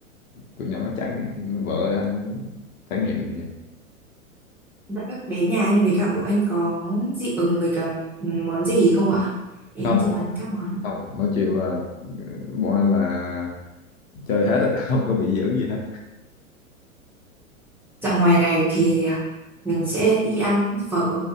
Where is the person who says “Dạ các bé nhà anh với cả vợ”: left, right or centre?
Centre